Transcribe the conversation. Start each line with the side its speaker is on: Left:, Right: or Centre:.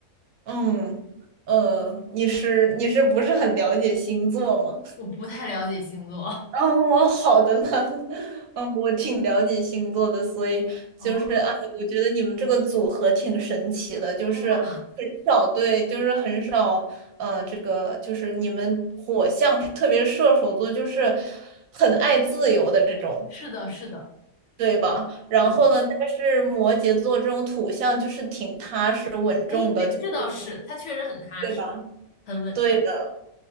Right: 嗯，呃，你是你是不是很了解星座吗？
Left: 我不太了解星座。
Right: 哦，哦好的呢，<laughs> 嗯，我挺了解星座的，所以就是，
Left: 哦，
Right: 哎，我觉得你们这个组合挺神奇的，就是很少对，
Left: 真的啊？
Right: 就是很少，嗯、这个就是你们火象，特别是射手座，就是很爱自由的这种，
Left: 是的，是的，
Right: 对吧？然后呢，
Left: 对。
Right: 但是摩羯座这种土象就是挺踏实稳重的，
Left: 哎，没，
Right: 就是我
Left: 这倒是，他确实很踏实，
Right: 对吧？
Left: 很稳重。
Right: 对的。